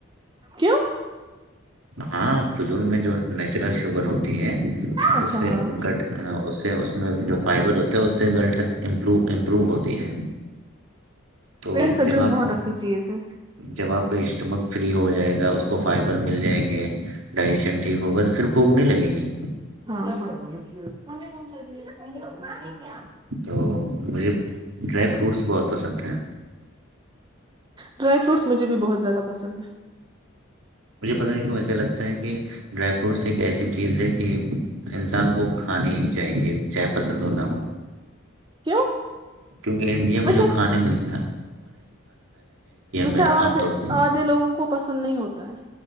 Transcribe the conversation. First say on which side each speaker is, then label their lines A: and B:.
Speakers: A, on the right; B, on the right.
A: کیوں
B: ہاں فجور میں جو نیچرل شوگر ہوتی ہے
A: اچھا
B: اس سے
A: ہاں
B: گٹ اس سے اس میں جو فائبر ہوتا ہے اس سے گٹدمرو امپروو ہوتا تی ہے تو
A: نہیں کھجور
B: جب آپ
A: بہت اچھی چیز ہے
B: جب آپ کا اسٹمک فری ہو جائے گا اس کو فائبر مل جائیں گے ڈائجیشن ٹھیک ہوگا پھرھوک لگی جی
A: ہاںاں
B: تو مجھے ڈرائی فروٹس بہت پسند ہیں
A: ڈرائی فروٹس مجھے بھی بہت زیادہ پسند ہیں
B: مجھے پتہ نہیں کہوں ایسا لگتا ہے کہ ڈرائی فروٹس ایک ایسی چیز ہے کہ انسان کو کھانی ہی چاہیے چاہے پسند اور نہ ہو
A: کیوں
B: کیونکہ انڈیا میں
A: ویسے
B: جو کھانے ملتے
A: ویسے
B: میں عام
A: آدھے
B: طور سے
A: آدھے لوگوں کو پسند پسند نہیں ہوتا ہے